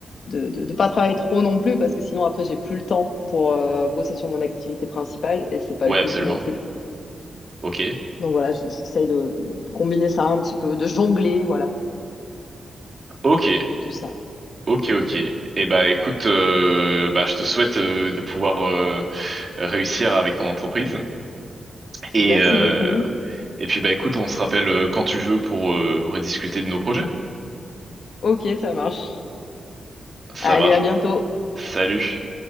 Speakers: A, on the left; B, on the right.
A: de de ne pas travailler trop non plus, parce que sinon après, j'ai plus le temps pour euh, bosser sur mon activité principale, et c'est pas
B: ouais
A: le but
B: absolument.
A: non plus.
B: Ok,
A: Donc voilà, j'essaye de combiner ça un petit peu, de jongler, voilà,
B: ok,
A: entre tout ça.
B: ok, ok. et bah écoute, euh, bah je te souhaite euh, de pouvoir euh, réussir avec ton entreprise.
A: Merci
B: Et, euh,
A: beaucoup.
B: et puis bah écoute, on se rappelle euh, quand tu veux pour euh, rediscuter de nos projets.
A: Ok, ça marche.
B: Ça
A: Allez,
B: marche.
A: à bientôt.
B: Salut.